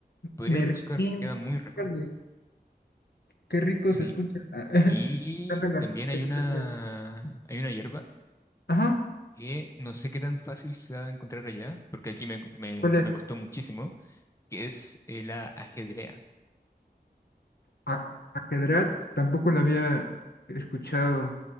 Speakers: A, on the left; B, on the left.
A: Podrías
B: Merqué.
A: buscar, queda muy rico.
B: Órale, Qué rico
A: Sí.
B: se escucha. <laughs>
A: Y
B: Encantan las
A: también hay
B: especies.
A: una, hay una hierba
B: Ajá.
A: que no sé qué tan fácil se ha de encontrar allá, porque aquí me, me-
B: ¿Cuál
A: me
B: es?
A: costó muchísimo, que es eh, la ajedrea.
B: A- Ajedrat tampoco la había escuchado.